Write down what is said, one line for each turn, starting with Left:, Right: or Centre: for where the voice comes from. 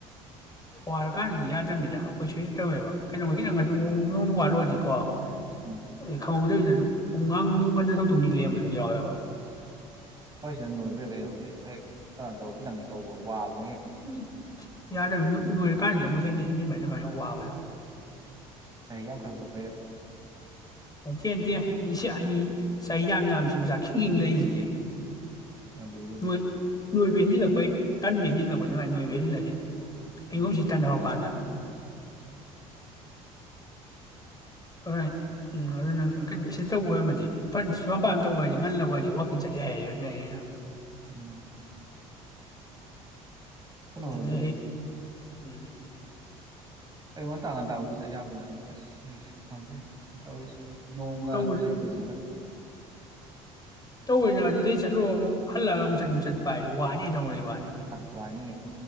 Left: ꯋꯥꯔꯀꯥꯟꯗꯗꯤ ꯌꯥꯗꯕꯅꯤꯗ ꯑꯩꯈꯣꯏꯁꯨ ꯍꯦꯛꯇ ꯇꯧꯋꯦꯕ ꯀꯩꯅꯣꯝ
Right: ꯎꯝ
Left: ꯅꯨꯡ ꯋꯥꯔꯛꯑꯗꯤꯀꯣ ꯑꯩ
Right: ꯎꯝ
Left: ꯈꯪꯍꯧꯗꯣꯏꯕꯤꯗ ꯄꯨꯡ ꯑꯥꯡ ꯅꯨꯡ ꯉꯟꯗ ꯁꯛꯇꯣꯡꯁꯤ ꯂꯦꯝꯕꯁꯨ ꯌꯥꯎꯋꯦꯕ
Right: ꯍꯣꯏ ꯁꯤꯗ ꯅꯣꯏꯕꯤꯔꯒ ꯌꯥꯝ ꯂꯩ ꯍꯦꯛ ꯀꯩꯅꯣ ꯇꯧꯕ ꯈꯤꯇꯪꯒ ꯍꯦꯛ ꯇꯧꯕ ꯋꯥꯕ
Left: ꯎꯝ ꯌꯥꯔꯦ ꯂꯣꯏꯔꯀꯥꯟꯗꯗꯤ ꯑꯃꯨꯛ ꯍꯦꯟꯅ ꯍꯦꯖꯤꯟꯕ ꯁꯨꯃꯥꯏꯅ ꯑꯗꯨꯨꯃꯥꯏꯅ ꯋꯥꯕꯗꯣ
Right: ꯆꯍꯤ ꯌꯥꯝ ꯈꯜ-ꯈꯞ
Left: ꯃꯇꯦ-ꯇꯦ ꯃꯤꯁꯌꯥ ꯃꯤ ꯆꯍꯤ ꯌꯥꯝ-ꯌꯥꯝꯁꯤ ꯃꯆꯥ ꯈꯤꯡ -ꯈꯤꯡ ꯂꯩꯔꯤꯁꯤꯗꯤ
Right: ꯑꯗꯨꯕꯨꯗꯤ
Left: ꯅꯣꯏ ꯅꯣꯏꯕ ꯍꯦꯟꯖꯤꯜꯂꯛꯄꯩ ꯇꯟꯕ ꯍꯦꯟꯖꯤꯜꯂꯛꯄꯅꯤ ꯃꯥꯏ ꯅꯣꯏꯕ ꯍꯦꯟꯖꯤꯜꯂꯁꯦ ꯑꯩꯉꯨꯝꯁꯤ
Right: ꯎꯝ
Left: ꯇꯟ ꯍꯧꯧꯔꯀꯥꯟꯗ ꯍꯣꯏ ꯎꯝ ꯑꯗꯨ ꯅꯪ ꯀꯩꯅꯣ ꯁꯤꯗ ꯇꯧꯕ ꯑꯣꯏꯔꯃꯗꯤ ꯐ ꯁꯨꯝ ꯄꯥꯏꯝꯇꯧꯕ ꯑꯣꯏꯔꯗꯤ ꯉꯜꯂ ꯑꯣꯏꯔꯗꯤ ꯋꯥꯛꯀꯤꯡ ꯆꯠꯂꯦ ꯍꯥꯏꯔꯦ ꯑꯗꯨꯅ ꯑꯩꯅ
Right: ꯎꯝ ꯀꯩꯅꯣ ꯍꯣꯏꯕꯨꯗꯤ
Left: ꯅ ꯎꯝ
Right: ꯑꯌꯨꯛ ꯉꯟꯇꯥ ꯉꯟꯇꯥꯕꯨꯗꯤ ꯆꯠ ꯌꯥꯕꯅꯦ ꯑꯗꯣ ꯑꯁ ꯈꯪꯗꯦ ꯇꯧꯔꯤꯁꯦ ꯅꯣꯡꯒ
Left: ꯇꯧ
Right: ꯂꯩꯕꯁꯤꯒ
Left: ꯇꯧꯔꯤꯅ ꯑꯗꯨꯗ ꯆꯠꯂꯣ ꯑꯃꯨꯛ ꯍꯜꯂꯒ ꯑꯃꯨꯛꯠꯨꯝ ꯆꯠꯄ ꯍꯥꯏꯗ ꯋꯥꯅꯤ ꯇꯧꯅꯩ ꯋꯥꯅꯤ
Right: ꯐꯅꯤ